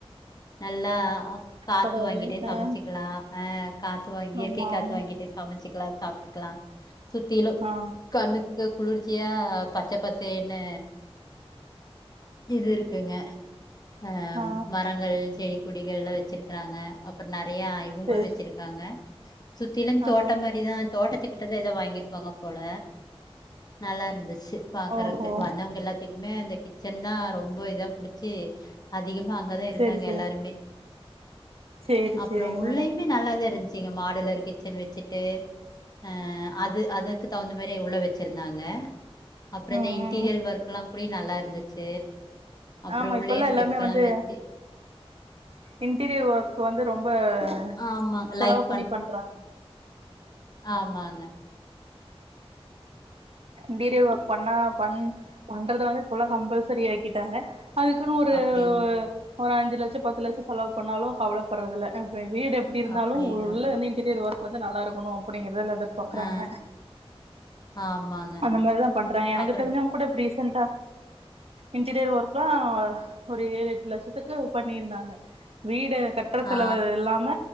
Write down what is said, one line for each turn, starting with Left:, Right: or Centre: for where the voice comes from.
Left: நல்லா காத்து
Right: பரவால்லை
Left: வாங்கிட்டே சமச்சிக்கலா
Right: ஆ
Left: ஆ காத்து வாங்கி இயற்கை
Right: ஆமா
Left: காத்து
Right: ஆமா
Left: வாங்கிட்டு சமைச்சு லாம் சாப்ட்டுக்கலா சுத்திலு
Right: ஆ
Left: கணக்கு குளிர்ச்சியா பச்சை பச்சனு இது இருக்குங்க ஆஹ்
Right: ஆ
Left: மரங்கள் செடி குடிகள்ல்லா வச்சிருக்கறாங்க அப்பற ந நெறையா இவங்களு
Right: செரி
Left: வச்சிருக்காங்க சுத்திலு தோட்ட
Right: ஆ
Left: மாரிதா தோட்டத்துக் ஏங்கிட்ட தா எதோ வாங்கியிருப்பாங்க போல நல்லா இருந்துச்சு கு பாக்குறக்கு
Right: ஓஹோ
Left: வந்தவங்க எல்லாத்தையு மே அந்த கிச் செந்தா ரொம்ப இதா குடிச்சு அதிக அங்கதான் இருந்தாங்க
Right: செரி செரி
Left: எல்லாருமே
Right: சேரி
Left: அப்றோம்
Right: சேரிங்க
Left: உள்ளயுமே
Right: மேடம்
Left: நல்லாதான் இருந்ச்சு நீங்க மாடலர் கிச்சன் வச்சுட்டு ஆ அது அதுக்கு தகுந்த மாதிரி உள்ள வச்சிருந்தாங்க அப்பறம்
Right: ம்
Left: இந்த இன்டீரியர்
Right: ம்
Left: ஒர்க்லாம் அப்டி நல்லா இருந்துச்சு அப்புற
Right: ஆமா
Left: உள்ளயே
Right: இப்பல்லாம்
Left: ஸ்டெப்
Right: எல்லாமே வந்து
Left: எல்லா வச்சு
Right: இன்டீரியர் ஒர்க் வந்து ரொம்ப ரொம்ப
Left: ஆமா
Right: செலவு
Left: லைக்
Right: பண்ணி பண்றாங்க
Left: ஆமாங்க
Right: இன்டீரியர் ஒர்க் பண்ணா பண் பண்றத வந்து இப்பெல்லாம் கம்பல்சரி ஆக்கிட்டாங்க அதுக்குன்னு ஒரு
Left: அப்படிங்க
Right: ஒரு அஞ்சு லட்சம் பத்து லட்சம் செலவு பன்னாலும் கவலைப்பட் றதுல <unintelligible> வீடு எப்டி இருந்தாலும்
Left: அப்டிங்களா
Right: உள்ள வந்து இன்டீரியர் ஒர்க வந்து நல்லாருக்கும் அப்டின்னு எதல்லத பாக்குறாங்க
Left: ஆ ஆமாங்க
Right: அந்த மாரிதான் பண்றாங்க எனக்கு
Left: அப்புறம்
Right: தெரிஞ்சும் கூட பிர இன்டீரியர் ஒர்கலாம் ஒரு ஏழு எட்டு லட்சத்துக்கு பண்ணிருந்தாங்க வீடு கட்டுற செலவு
Left: ஆ
Right: இல்லாம